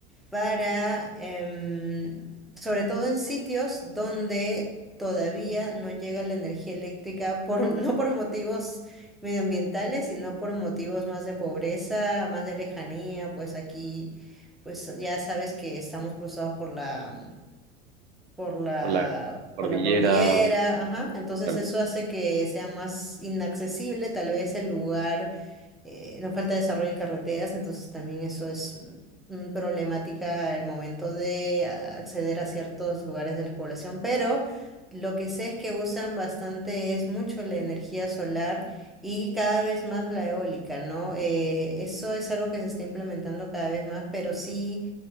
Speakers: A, in the centre; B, on the right (about 80°).
A: para, em, sobre todo en sitios donde todavía no llega la energía eléctrica, por, <laughs> no por motivos medioambientales, sino por motivos más de pobreza, más de lejanía, pues aquí, pues ya sabes que estamos cruzados por la por la,
B: ¿Por la cordillera?
A: por la cordillera, ajá. Entonces
B: Claro.
A: eso hace que sea más inaccesible, tal vez el lugar, eh, nos falta desarrollo en carreteras, entonces también eso es un- un problemática al momento de a- acceder a ciertos lugares de la población, pero lo que sé es que usan bastante, es mucho la energía solar. Y cada vez más la eólica, ¿no? Eh, eso es algo que se está implementando cada vez más, pero sí,